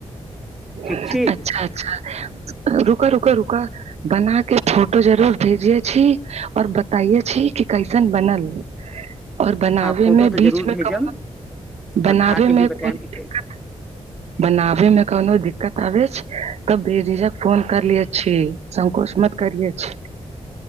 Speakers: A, in the centre; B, on the right.
A: ठीक
B: अच्छा
A: छी
B: अच्छा रुका रुका रुका बना के फोटो जरूर भेजिये छी और बताइे छी कि कैसन बनल और बनाबे
A: हँ फोटो
B: मे
A: तऽ
B: बीचमे
A: जरूर भेजम
B: कहनो बनाबे
A: और खा के
B: मे
A: भी बतायब
B: कोन दिक्कत
A: कि कैसे
B: बनाबे मे कोनो दिक्कत आबे छै तब बेजिझक फोन करलिये छी संकोच मत करिये छी